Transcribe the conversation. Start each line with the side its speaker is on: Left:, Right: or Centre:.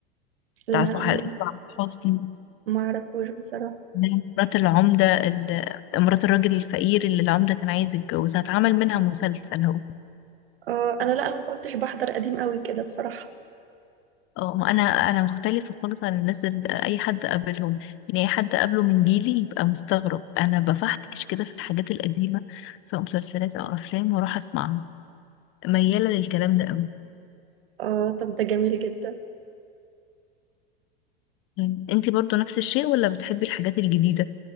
Right: لا
Left: بتاع صح-
Right: م-
Left: سعاد حسني
Right: معرفوش بصراحة
Left: إن هي مرات العمدة ال- مرات الراجل الفقير اللي العمدة كان عايز يتجوزها اتعمل منها مسلسل هو
Right: اه أنا لا أنا ما كنتش بحضر قديم قوي كده بصراحة
Left: اه ما انا انا مختلفة خالص عن الناس اللي اي حد قابلهم يعني اي حد قابله من جيلي يبقى مستغرب انا بفحش كده في الحاجات القديمة سواء مسلسلات او افلام واروح اسمعها ميالة للكلام ده قوي
Right: اه طب ده جميل جدا
Left: يعني انتي برضو نفس الشيء ولا بتحبي الحاجات الجديدة